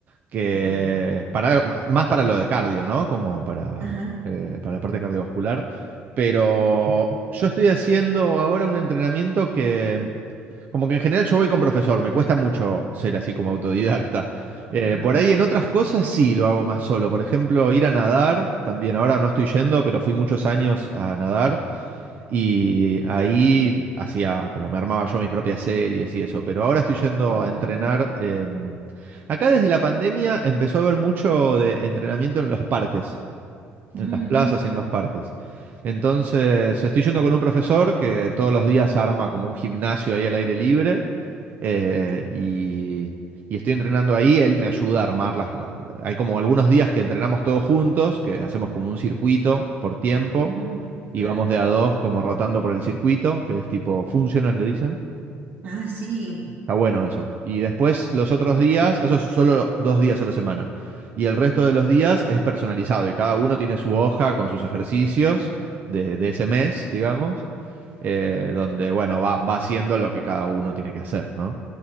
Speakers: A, on the right; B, on the right.
A: Que
B: ajá,
A: para, ma- más para lo de cardio, ¿no? Como para,
B: ajá.
A: eh, para la parte cardiovascular. Pero yo estoy haciendo ahora un entrenamiento que Como que en general yo voy con profesor, me cuesta mucho ser así como autodidacta.
B: Ah,
A: Eh, por ahí en otras cosas sí lo hago más solo. Por ejemplo, ir a nadar, también ahora no estoy yendo, pero fui muchos años a nadar y ahí hacía como me armaba yo mis propias series y eso. Pero ahora estoy yendo
B: ujú,
A: a entrenar. em, acá desde la pandemia empezó a haber mucho de entrenamiento en los parques
B: ujú,
A: en las plazas
B: ujú,
A: y en los parques. Entonces, estoy yendo con un profesor que todos los días arma como un gimnasio ahí al aire libre eh, y, y estoy entrenando ahí, él me ayuda a armar las... la- la- hay como algunos días que entrenamos todos juntos, que hacemos como un circuito por tiempo
B: ujú, Claro.
A: y vamos de a dos como rotando por el circuito, que es tipo funcional, le dicen.
B: Ah, sí.
A: Está bueno eso. Y después los otros días, eso es solo dos días a la semana. Y el resto de los días es personalizado y cada uno tiene su hoja con sus ejercicios de, de ese mes, digamos, eh, donde, bueno, va, va haciendo lo que cada uno tiene que hacer, ¿no?